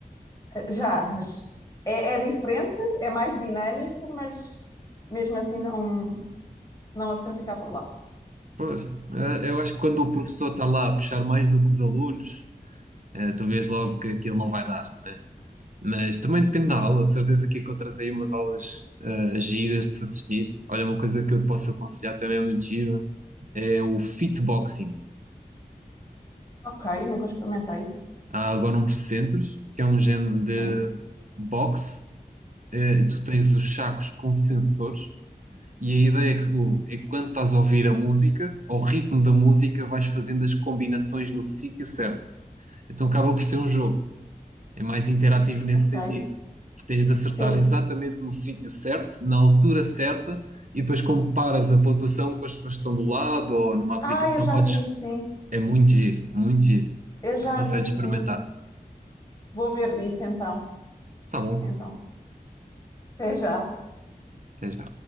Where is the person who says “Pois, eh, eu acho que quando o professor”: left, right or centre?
Right